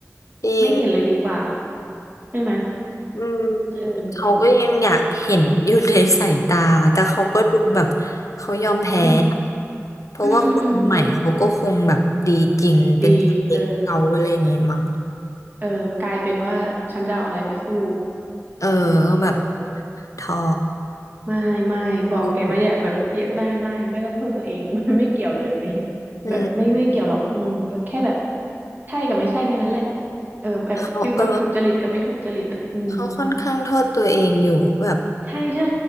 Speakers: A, on the left (about 75°); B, on the right (about 35°).
A: จริง
B: ไม่เห็นเลยดีกว่าใช่ไหม
A: อืม
B: เออ
A: เขาก็ยังอยากเห็นอยู่ในสายตาแต่เขาก็ดูแบบเขายอมแพ้อะ
B: อืม
A: เพราะว่าคนใหม่เขาก็คงแบบดีจริงเป็นสเปคเขาอะไรอย่างงี้มั้ง
B: อืมอืมอืมเก็ตดีเออเออกลายเป็นว่าฉันจะเอาอะไรไปสู้
A: เออก็แบบ
B: เออ
A: ท้อ
B: ไม่ไม่บอกแกว่าอย่าแบบเยอะไม่ไม่ไม่ต้องโทษตัวเอง
A: ดู
B: <laughs> มันไม่เกี่ยวเลย
A: อืม
B: แบบไม่ไม่เกี่ยวหรอกอืมแค่แบบใช่กับไม่ใช่แค่นั้นแหละเออแบบฟิลแบบถูกจริตกับไม่ถูกจริตอ่ะอืม
A: แล้วเขาเออเขาค่อนข้างโทษตัวเองอยู่แบบ
B: ใช่ใช่